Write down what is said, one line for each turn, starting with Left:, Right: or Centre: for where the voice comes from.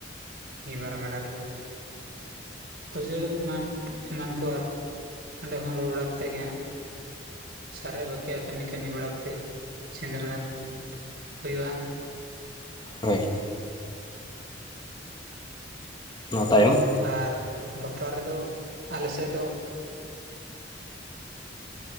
Right: ᱱᱤᱭᱟᱹ ᱵᱟᱨ ᱜᱟᱰᱟ ᱨᱮᱠᱚ ᱯᱩᱡᱟᱹ ᱮᱢᱟᱱ ᱮᱢᱟᱱ ᱠᱚ ᱟᱨ ᱚᱸᱰᱮ ᱠᱷᱚᱱ ᱨᱩᱣᱟᱹᱲ ᱵᱟᱲᱟ ᱠᱟᱛᱮᱫ ᱜᱮ ᱦᱟᱸᱜ ᱥᱟᱨᱮ ᱵᱟᱠᱤᱭᱟᱜ ᱠᱟᱹᱢᱤ ᱠᱟᱹᱢᱤ ᱵᱟᱲᱟ ᱠᱟᱛᱮᱫ ᱥᱤᱱᱸᱫᱽᱨᱟᱹ ᱫᱟᱱ ᱦᱩᱭᱩᱜᱼᱟ᱾
Left: ᱦᱳᱭ ᱱᱚᱣᱟ ᱛᱟᱭᱚᱢ
Right: ᱟᱨ ᱵᱟᱯᱞᱟ ᱨᱮᱫᱚ, ᱟᱞᱮ ᱥᱮᱫ ᱫᱚ